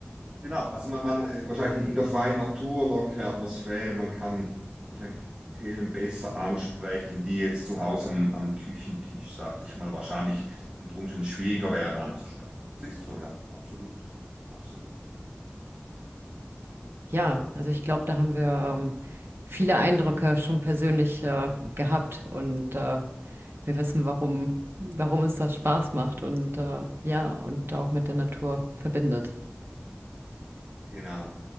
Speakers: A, on the right; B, on the right.
A: Genau, also man, man äh, wahrscheinlich in der freien Natur, lockere Atmosphäre, man kann wahrscheinlich Themen besser ansprechen, die jetzt zu Hause am, am Küchentisch, sag ich mal, wahrscheinlich unter Umständen schwieriger wären anzusprechen. Das ist so, ja, absolut, absolut.
B: ja, also ich glaube, da haben wir ähm, viele Eindrücke schon persönlich äh, gehabt und äh, wir wissen, warum, warum uns das Spaß macht und äh, ja, und auch mit der Natur verbindet.
A: Genau.